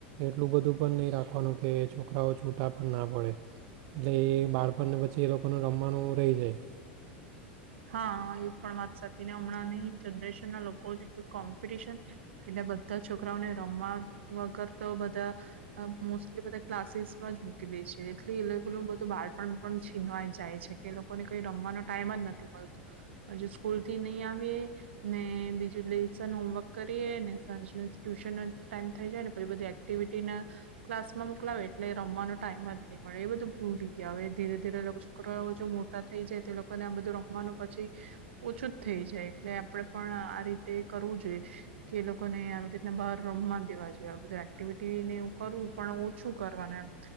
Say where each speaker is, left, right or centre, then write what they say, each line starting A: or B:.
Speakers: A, on the right (about 55°); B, on the right (about 85°).
A: એટલું બધું પણ નહીં રાખવાનું કે છોકરાઓ છૂટા પણ ના પડે એટલે એ બાળપણ આપણને પછી એ લોકોનું રમવાનું રહી જાય.
B: હા. એ પણ વાત સાચી ને હમણાં નહી જનરેશન ના લોકો જેટું કોમ્પિટિશન એટલે બધા છોકરાઓને રમવા વગર તો બધા મોસટલી ક્લાસીસમાં જ મુકી દે છે એટ એ લોકો બધું બાળ પણ પણ છીનવાઈ જાય છે. એ લોકોને કઈ રમવાનો ટાઈમ જ નથી. હજુ સ્કૂલ થી નહી આવી, ને બીજું લેસન હોમવર્ક કરીએ ને સાંજ ટ્યુશન ન ટાઈમ થઈ જાય, ને પછી બધી એક્ટિવિટી ના ક્લાસમાં મોકલાવે, એટલે રમવાનો ટાઈમ જ નહી મળે. એ બધું ભૂલ થ ગ હવે ધીરે-ધીરે છોકરા જો મોટા થઈ જાય તે લોકોને આ બધું ર પછી ઓછું જ થઈ જાય એટલે આપણેે પણ આ રીતે કરવું જોઈએ કે એ લોકોને આવી રીતને બહાર રમવા દવા જોઈએ બધું એક્ટિવિટીને એ કરવું પણ ઓછું કરવાનું એમ